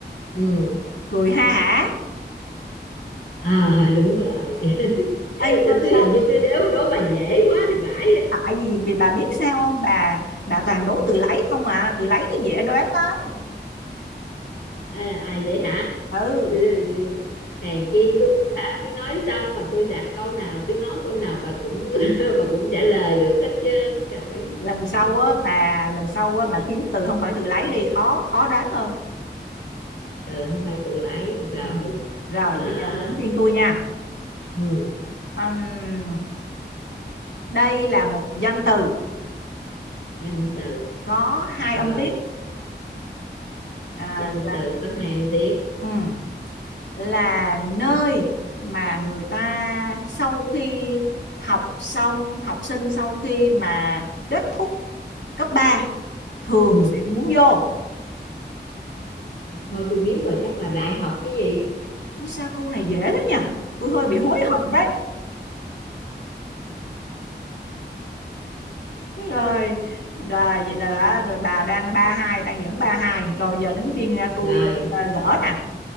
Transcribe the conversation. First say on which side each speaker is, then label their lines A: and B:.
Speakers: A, on the left (about 65°); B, on the left (about 85°).
A: ừ
B: cười ha hả
A: à đúng rồi <laughs>
B: Ê sao
A: tôi tôi
B: sao
A: hình như tôi đố đố bà dễ quá thì phải
B: tại vì bị- bà biết sao không bà bà toàn đố từ lấy không à từ lấy nó dễ đoán lắm
A: à, à vậy hả
B: ừ
A: Ừ, ừ, ừ. hèn chi tôi hả tôi nói xong mà tôi đặt câu nào tôi nói câu nào bà cũng <laughs> bà cũng trả lời được hết trơn trời ơi.
B: lần sau á bà lần sau á bà kiếm từ không phải từ lấy đi khó khó đoán hơn
A: từ không phải tự lấy rồi
B: ừ. rồi
A: à
B: bây giờ đến phiên tôi nha
A: ừ,
B: Ừm, đây là một danh từ
A: danh từ
B: có hai
A: rồi
B: âm tiết à,
A: danh từ có hai âm tiết
B: ừ. là nơi mà người ta sau khi học xong học sinh sau khi mà kết thúc cấp 3 thường
A: ừ.
B: sẽ muốn vô
A: thôi tôi biết rồi chắc là đại học chứ gì
B: sao câu này dễ thế nhỉ tôi hơi bị hối hận đấy rồi rồi vậy là rồi bà đang ba hai đang dẫn ba hai rồi giờ đến phiên à, tôi
A: rồi
B: ờ, gỡ nè